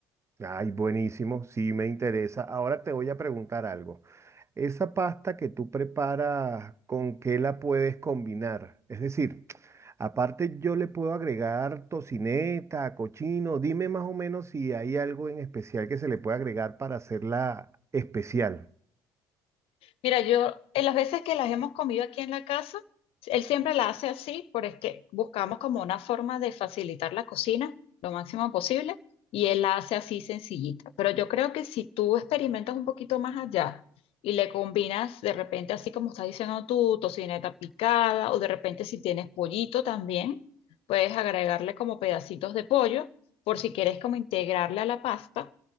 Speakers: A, on the right; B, on the left.
A: Ay, buenísimo, sí me interesa. Ahora te voy a preguntar algo. Esa pasta que tú preparas, ¿con qué la puedes combinar? Es decir, aparte yo le puedo agregar tocineta, cochino. Dime más o menos si hay algo en especial que se le puede agregar para hacerla especial.
B: Mira, yo en las veces que las hemos comido aquí en la casa, él siempre la hace así, porque buscamos como una forma de facilitar la cocina lo máximo posible y él la hace así sencillita. Pero yo creo que si tú experimentas un poquito más allá y le combinas de repente así como estás diciendo tú, tocineta picada o de repente si tienes pollito también, puedes agregarle como pedacitos de pollo por si quieres como integrarle a la pasta